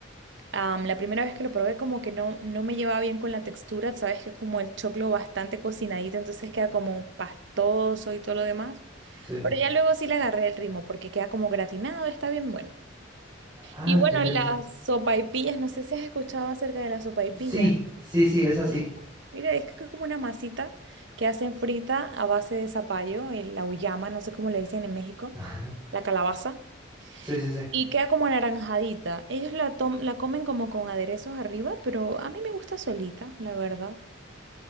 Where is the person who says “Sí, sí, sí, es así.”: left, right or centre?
Right